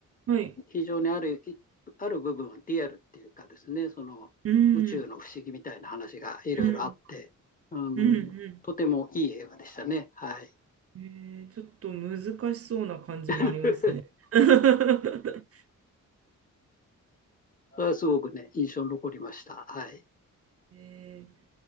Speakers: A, on the right (about 50°); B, on the left (about 25°).
A: はい、
B: 非常にある、ある部分、リアルっていうかですね、その、
A: うん、
B: 宇宙の不思議みたいな話がいろいろあって、
A: うん、
B: うん、
A: うん、うん、
B: とてもいい映画でしたね。はい。
A: えー、ちょっと難しそうな感じもありますね。
B: <laughs>
A: <laughs>
B: それはすごくね、印象に残りました。はい。
A: えー